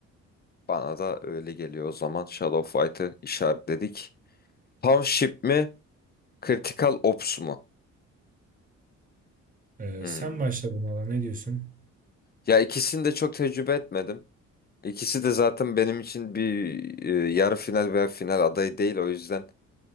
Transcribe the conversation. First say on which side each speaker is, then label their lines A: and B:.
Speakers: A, on the left; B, on the right.
A: Bana da öyle geliyor o zaman. Shadow Fight'ı işaretledik. Pump Ship mi? Critical Ops mu?
B: E,
A: Hmm.
B: sen başla bunlara ne diyorsun?
A: Ya ikisini de çok tecrübe etmedim. İkisi de zaten benim için bir e, yarı final veya final adayı değil. O yüzden